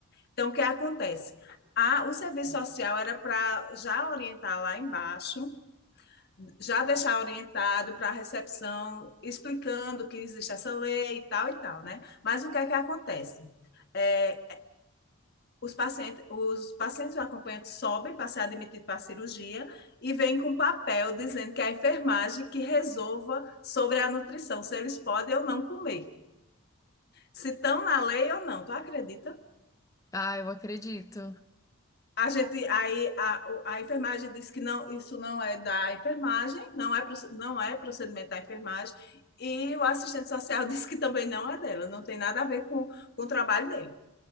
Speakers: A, on the left; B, on the left.
A: Então, o que acontece? A, o serviço social era para já orientar lá embaixo já deixar orientado para a recepção, explicando que existe essa lei e tal e tal, né? Mas o que é que acontece? É, os pacientes, os pacientes acompanhantes sobem para ser admitido para a cirurgia e vêm com um papel dizendo que é a enfermagem que resolva sobre a nutrição, se eles podem ou não comer, se estão na lei ou não. Tu acredita?
B: Ah, eu acredito.
A: A gente, aí a, a enfermagem disse que não, isso não é da enfermagem, não é, não é procedimento da enfermagem, e o assistente social <laughs> disse que também não é dela, não tem nada a ver com, com o trabalho dele.